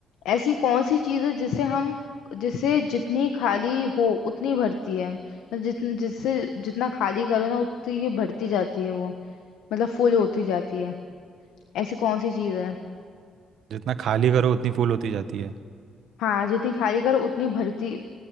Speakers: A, on the left; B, on the right.
A: ऐसी कौन सी चीज़ है जिसे हम जिसे जितनी खाली हो उतनी भरती है मतलब जितन जिससे जितना खाली करो ना उतनी ही भरती जाती है वो मतलब फुल होती जाती है ऐसी कौन सी चीज़ है
B: जितना खाली करो उतनी फूल होती जाती है
A: हाँ जितनी खाली करो उतनी भरती